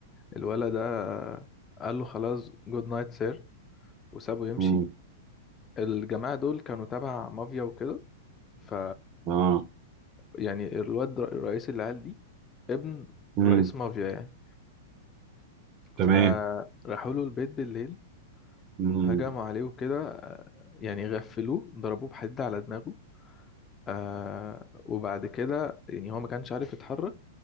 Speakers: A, on the left (about 25°); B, on the right (about 35°).
A: الولد ده قال له خلاص جود نايت سير وسابه يمشي
B: امم
A: الجماعة دول كانوا تبع مافيا وكده ف
B: اه
A: يعني الواد ر- رئيس العيال دي ابن
B: امم
A: رئيس مافيا يعني
B: تمام
A: فراحوا له البيت بالليل
B: امم
A: هجموا عليه وكده آه، يعني غفلوه ضربوه بحديد على دماغه آه وبعد كده يعني هو ما كانش عارف يتحرك